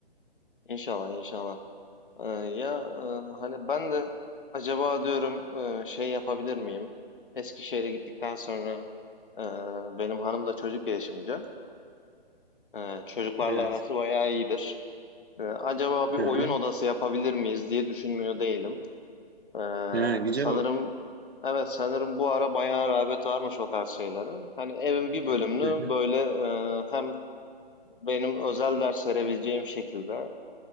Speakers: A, on the left; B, on the right.
A: İnşallah, inşallah. Ee, ya e, hani ben de acaba diyorum e, şey yapabilir miyim? Eskişehir'e gittikten sonra e, benim hanım da çocuk gelişimci. E, çocuklarla
B: Evet.
A: arası bayağı iyidir. E, acaba bir
B: Hı
A: oyun
B: hı.
A: odası yapabilir miyiz diye düşünmüyor değilim. Ee,
B: Ha, güzel
A: sanırım
B: olur.
A: evet sanırım bu ara bayağı rağbet varmış o tarz şeylere. Hani evin bir bölümünü
B: Hı hı.
A: böyle e, hem benim özel ders verebileceğim şekilde